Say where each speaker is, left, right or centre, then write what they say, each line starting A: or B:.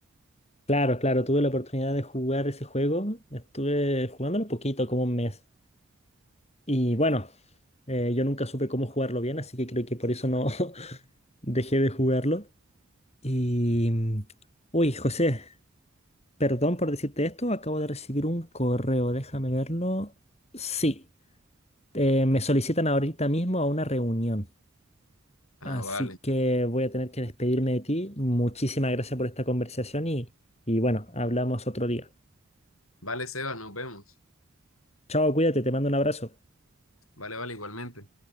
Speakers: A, on the left; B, on the left.
A: Claro, claro, tuve la oportunidad de jugar ese juego. Estuve jugándolo poquito, como un mes. Y bueno, eh, yo nunca supe cómo jugarlo bien, así que creo que por eso no <laughs> dejé de jugarlo. Y... mm, Uy, José, perdón por decirte esto. Acabo de recibir un correo, déjame verlo. Sí, eh, me solicitan ahorita mismo a una reunión.
B: Ah,
A: Así
B: vale.
A: que voy a tener que despedirme de ti. Muchísimas gracias por esta conversación y, y bueno, hablamos otro día.
B: Vale, Seba, nos vemos.
A: Chao, cuídate, te mando un abrazo.
B: Vale, vale, igualmente.